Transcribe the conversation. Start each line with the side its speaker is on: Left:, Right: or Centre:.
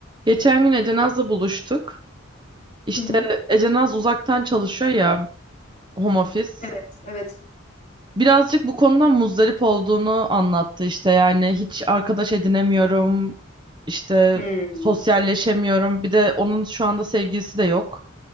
Right: Geçen gün Ecenaz'la buluştuk. İşte
Left: Hı hı.
Right: Ecenaz uzaktan çalışıyor ya home office.
Left: Evet, evet.
Right: Birazcık bu konudan muzdarip olduğunu anlattı işte yani hiç arkadaş edinemiyorum, işte
Left: Hmm.
Right: sosyalleşemiyorum. Bir de onun şu anda sevgilisi de yok.